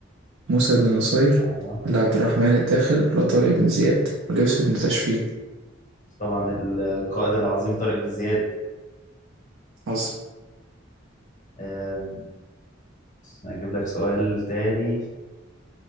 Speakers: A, on the right; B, on the left.
A: موسى بن نصير
B: اه
A: ولا عبد الرحمن الداخل ولا طارق بن زياد ولا يوسف بن تاشفين؟
B: طبعا القائد العظيم طارق بن زياد
A: حصل
B: آم، هجيب لك سؤال تاني